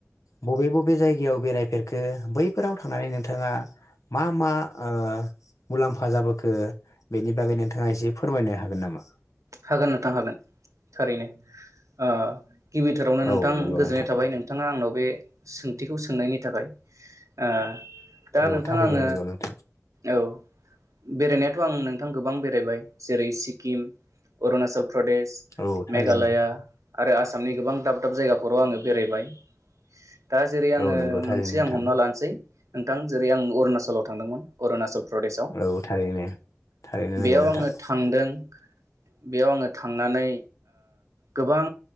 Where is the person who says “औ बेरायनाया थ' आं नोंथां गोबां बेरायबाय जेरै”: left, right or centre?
Right